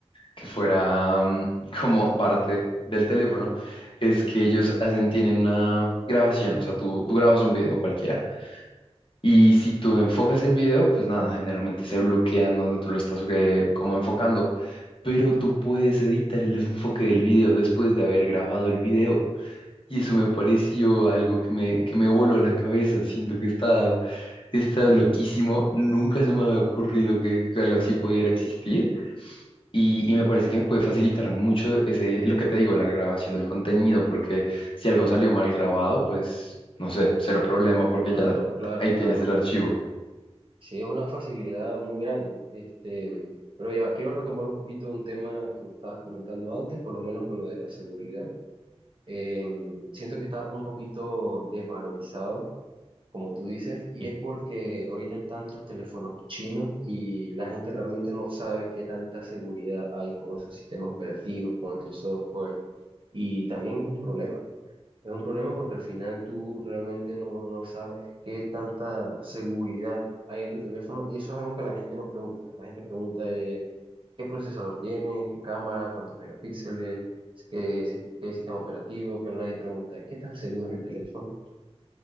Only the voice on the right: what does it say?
ok.
Claro,
claro,
claro.
Sí, es una facilidad muy grande. Este, pero ya va, quiero retomar un poquito un tema que me estabas comentando antes, por lo menos con lo de la seguridad. eh, siento que está un poquito desvalorizado, como tú dices, y es porque ahorita hay tantos teléfonos chinos y la gente realmente no sabe qué tanta seguridad hay con esos sistemas operativos, con esos software, y también es un problema. Es un problema porque al final tú realmente no, no sabes qué tanta seguridad hay en tu teléfono y eso es algo que la gente no pregunta. La gente pregunta qué procesador tiene, qué cámara, cuántos megapíxeles, qué, si- qué sistema operativo, pero nadie pregunta, ¿qué tan seguro es el teléfono?